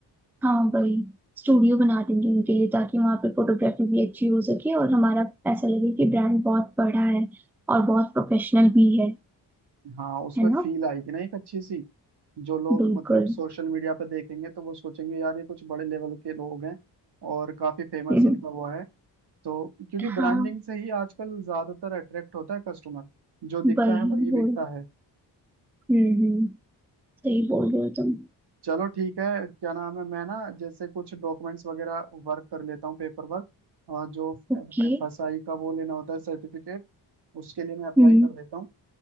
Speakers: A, in the centre; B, on the right (about 60°).
A: हाँ वही स्टूडियो बना देंगे उनके लिए ताकि वहां पे फोटोग्राफी भी अच्छी हो सके और हमारा ऐसा लगे कि ब्रांड बहुत बड़ा है और बहुत प्रोफेशनल भी है
B: हाँ उसमें
A: है
B: फील
A: ना
B: आएगी ना एक अच्छी सी जो लोग
A: बिल्कुल
B: मतलब सोशल मीडिया पे देखेंगे तो वो सोचेंगे यार ये कुछ बड़े लेवल के लोग हैं और काफी फेमस
A: <laughs>
B: इनका वो है तो क्योंकि
A: हाँ
B: ब्रांडिंग से ही आजकल ज्यादातर अट्रैक्ट होता है कस्टमर जो दिखता
A: वही
B: है वही बिकता
A: वो
B: है
A: हम्म हम्म, सही बोल रहे हो तुम
B: चलो ठीक है क्या नाम है मैं ना जैसे कुछ डॉक्यूमेंट्स वगैरह वर्क कर लेता हूँ पेपर वर्क और जो
A: ओके
B: फसाई का वो लेना होता है सर्टिफिकेट उसके लिए मैं अप्लाई
A: हम्म
B: कर देता हूँ